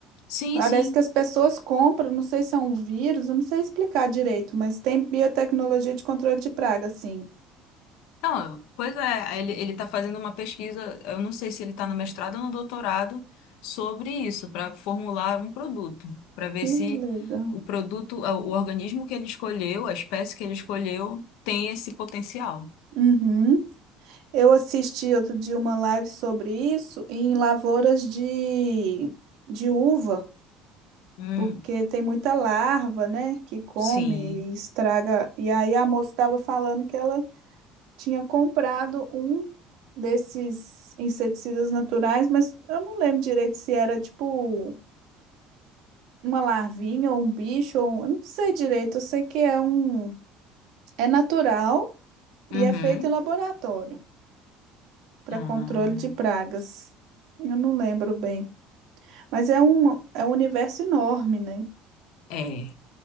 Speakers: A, on the left; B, on the right.
A: Sim,
B: Parece
A: sim.
B: que as pessoas compram, não sei se é um vírus, eu não sei explicar direito, mas tem biotecnologia de controle de praga, sim.
A: Não, pois é, aí ele, ele tá fazendo uma pesquisa, eu não sei se ele está no mestrado ou no doutorado, sobre isso, para formular um produto, para ver
B: Que
A: se
B: legal.
A: o produto, ah, o organismo que ele escolheu, a espécie que ele escolheu, tem esse potencial.
B: Uhum. Eu assisti outro dia uma live sobre isso em lavouras de, de uva.
A: Hum,
B: porque tem muita larva, né, que come
A: sim.
B: e estraga. E aí a moça estava falando que ela tinha comprado um desses inseticidas naturais, mas eu não lembro direito se era tipo uma larvinha ou um bicho, ou um- eu não sei direito, eu sei que é um é natural
A: Uhum.
B: e é feito em laboratório para
A: Ah,
B: controle de pragas. Eu não lembro bem, mas é um, é um universo enorme, né?
A: é,